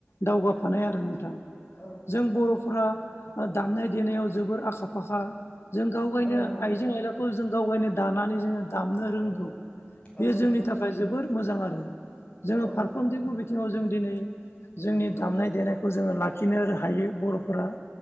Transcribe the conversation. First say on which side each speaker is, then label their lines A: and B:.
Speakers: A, on the left; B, on the left.
A: दावगाफानाय
B: औ
A: आरो नोंथां
B: औ
A: जों
B: औ
A: बर'फोरा दामनाय देनायाव जोबोर आखा फाखा जों गाव गायनो
B: औ
A: आइजें आइलाखौ जों गावगायनो दानानै जोङो दामनो रोंगौ
B: औ औ
A: बे जोंनि
B: नंगौ नोंथां
A: थाखाय जोबोर मोजां आरो जोङो
B: औ
A: फार खमथिबो बिथिङाव जों दिनै जोंनि दामनाय देनायखौ जोङो लाखिनो हायो बर'फोरा।